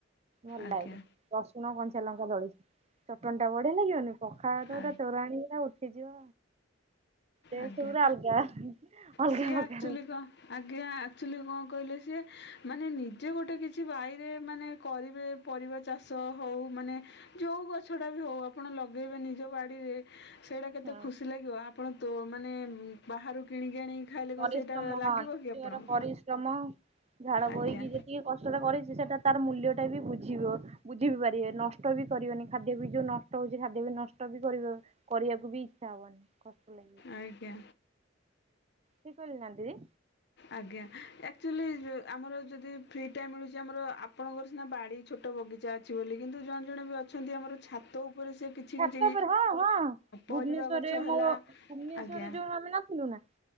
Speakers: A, on the right; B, on the left.
A: ଭଲ
B: ଆଜ୍ଞା
A: ଲାଗେ <unintelligible> ଲୁଣ କଞ୍ଚା ଲଙ୍କା ଦଳିଛି ଚଟଣି ଟା ବଢିଆ ଲାଗିବନି ପଖାଳ ଭାତ କୁ
B: ଆ
A: ପୁରା ତୋରାଣ ଉଠିଯିବ। ଟେଷ୍ଟ
B: ଆଜ୍ଞା
A: ପୁରା ଅଲଗା। ଅଲଗା
B: ସିଏ
A: ପ୍ରକାର।
B: ଆକ୍ଚୁଲି
A: ହୁଁ
B: କଣ ଆଜ୍ଞା ଆଚୁଲି କଣ? କହିଲେ ସି ମାନେ ନିଜେ ଗୋଟେ କିଛି ବାଇରେ ମାନେ କରିବେ ପରିବା ଚାଷ ହଉ ମାନେ ଯୋଉ ଗଛ ଟା ବି ହଉ ଆପଣ ଲଗେଇବେ ନିଜ ବାଡିରେ ସେଇଟା କେତେ
A: ହଁ।
B: ଖୁସି ଲାଗିବ ଆପଣ ତୋ ମାନେ ବାହାରୁ କିଣିକି ଆଣିକି ଖାଇଲେ
A: ପରିଶ୍ରମ
B: କ'ଣ ସେଇଟା ଲାଗିବ
A: ହଁ ଦିହର
B: କି ଆପଣଙ୍କୁ
A: ପରିଶ୍ରମ ଝାଳ ବୋହିକି
B: ଆଜ୍ଞା
A: ଯେତିକି କଷ୍ଟଟ କରି ସେଟା ତାର ମୂଲ୍ୟ ଟା ବି ବୁଝିବ ବୁଝିବିି ପାରିବେ ନଷ୍ଟ ବି କରିବନି ଖାଦ୍ୟ ବି ଯୋଉ ନଷ୍ଟ ହଉଛି ଖାଦ୍ୟ ବି ନଷ୍ଟ ବି କରିବ କରିବାକୁ ବି ଇଚ୍ଛା ହବନି। ଲାଗିବ
B: ଆଜ୍ଞା।
A: ଠିକ୍ କହିଲି ନା ଦିଦି
B: ଆଜ୍ଞା ଆକ୍ଚୁଆଲି ଆମର ଯଦି ଫ୍ରି ଟାଇମ୍ ମିଳୁଛି ଆମର ଆପଣଙ୍କର ସିନା ବାଡ଼ି ଛୋଟ ବଗିଚା ଅଛି ବୋଲି କିନ୍ତୁ ଜଣେ ଜଣେ ବି ଅଛନ୍ତି ଆମର ଛାତ ଉପରେ ସେ କିଛି
A: ଛାତ
B: କିଛି
A: ଉପରେ ହଁ ହଁ ଭୁବନେଶ୍ଵରରେ
B: ପରିବା ଗଛ ହେଲା
A: ମୋ ଭୁବନେଶ୍ଵରରେ
B: ଆଜ୍ଞା।
A: ଯୋଉ ଆମେ ନଥିଲୁ ନା